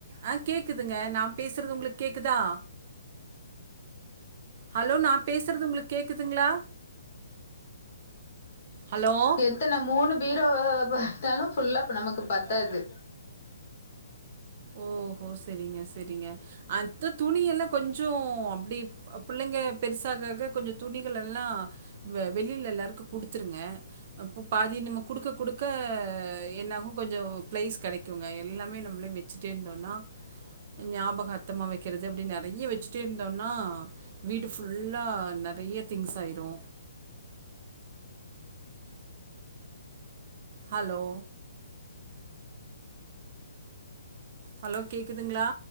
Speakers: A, on the right; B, on the left.
A: அ கேக்குதுங்க நா பேசுறது உங்களுக்கு கேக்குதா ஹலோ நா பேசுறது உங்களுக் கேக்குதுங்களா ஹலோ
B: எத்தன மூணு பீரோவு தளம் ஃபுல்லா இப்ப நமக்கு பத்தாது
A: ஓஹோ செரிங்க செரிங்க அந்த துணி எல்லா கொஞ்ச அப்டி பிள்ளைங்க பெருசாகாக கொஞ்ச துணிகள்ல்லா வெளில எல்லாருக்கு குடுத்துருங்க அப்போ பாதி நம்ம குடுக்க குடுக்க அ என்னாகு கொஞ்ச பிளைஸ் கிடைக்குங்க எல்லாமே நம்மளே வச் வச்சுட்டே இருந்தோம்னா ஞாபகார்த்தமா வக்கிறது அப்டி நெறைய வச்சுட்டே இருந்தோம்னா வீடு ஃபுல்லா நெறைய திங்ஸ் ஆயிரு ஹலோ ஹலோ கேக்குதுங்களா